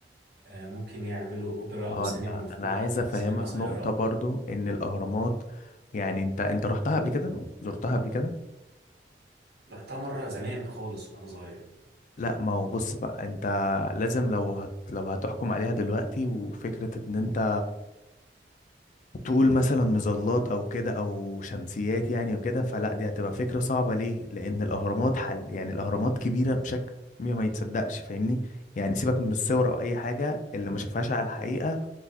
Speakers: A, on the right (about 60°); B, on the left (about 45°).
A: آه، ممكن يعملوا أوبرا
B: ما
A: أو
B: هو
A: سينما
B: انا
A: مفتوحة
B: انا عايز افهمك
A: سينما سيارات
B: نقطة برضو ان الاهرامات يعني انت انت رحتها قبل كده زرتها قبل كده
A: رحتها مرة زمان خالص وأنا صغير
B: لا ما هو بص بقى انت لازم لو هت لو هتحكم عليها دلوقتي وفكرة ان انت تقول مثلا مظلات او كده او شمسيات يعني وكده فلا دي هتبقى فكرة صعبة ليه لان الاهرامات حل يعني الاهرامات كبيرة بشكل ما ما يتصدقش فاهمني يعني سيبك من الصور او اي حاجة اللي ما شافهاش على الحقيقة